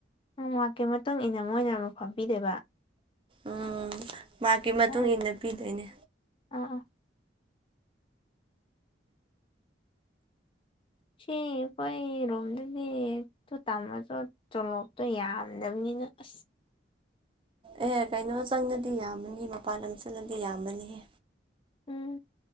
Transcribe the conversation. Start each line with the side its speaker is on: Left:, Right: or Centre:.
Left: ꯃꯥꯔꯛꯀꯤ ꯃꯇꯨꯡ ꯏꯟꯅ ꯃꯣꯏꯅ ꯃꯐꯝ ꯄꯤꯗꯣꯏꯕ
Right: ꯎꯝ ꯃꯥꯔꯛꯀꯤ ꯃꯇꯨꯡ
Left: ꯑꯣ
Right: ꯏꯟꯅ ꯄꯤꯗꯣꯏꯅꯦ
Left: ꯑꯥ ꯑꯥ ꯁꯤ ꯑꯩꯈꯣꯏꯔꯣꯝꯗꯗꯤ ꯇꯨ ꯇꯝꯃꯁꯨ ꯇꯣꯂꯣꯞꯇꯣ ꯌꯥꯝꯗꯕꯅꯤ ꯅꯤꯅ ꯑꯁ
Right: ꯑꯦ ꯀꯩꯅꯣ ꯆꯪꯉꯗꯤ ꯌꯥꯝꯕꯅꯤ ꯃꯄꯥꯟ ꯂꯝ ꯆꯪꯂꯗꯤ ꯌꯥꯝꯕꯅꯤꯍꯦ
Left: ꯎꯝ